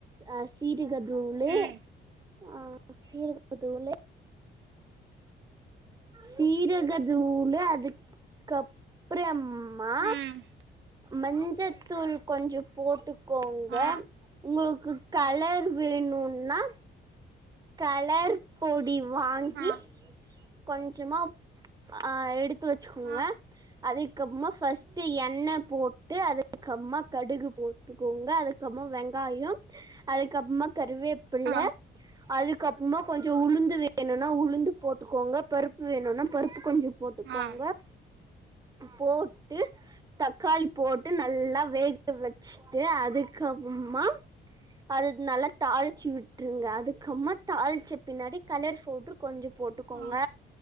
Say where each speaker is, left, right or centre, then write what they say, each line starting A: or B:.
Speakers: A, on the right; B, on the right.
A: அ சீரகதூளு
B: ம்
A: ஆ சீரக தூளு சீரக தூளு அதுக்கப்றமா
B: ம்
A: மஞ்சத்தூள் கொஞ்சோ போட்டுக்கோங்க
B: ஆ
A: உங்களுக்கு கலர் வேணுனா கலர் பொடி வாங்கி
B: ஆ
A: கொஞ்சமா அ எடுத்து எடுத்து வெச்சுக்கோங்க
B: ஆ
A: அது க்கப்பமா ஃபர்ஸ்ட்டு எண்ணெ போட்டு அதுக்கம்மா கடுகு போட்டுக்கோங்க அது அதுக்கப்பப்மா வெங்காயோ அதுக்கப்புமா கருவேப்பில்ல
B: ஆ
A: அதுக்கப்புமா கொஞ்சோ உளுந்து வேணுனா உளுந்து போட்டுக்கோங்க பருப்பு வேணுனா பருப்பு கொஞ்சோ போட்டுக்கோங்க
B: ஆ
A: போட்டு தக்காளி போட்டு நல்லா வேக வெச்சுட்டு அதுக்கப்புறமா அது நல்லா தாளிச்சு விட்டுருங்க அதுக்கு அதுக்கம்மா தாளிச்ச பின்னாடி கலர் ஃபவ்டுரு கொஞ்சோ போட்டுக்கோங்க
B: ஆ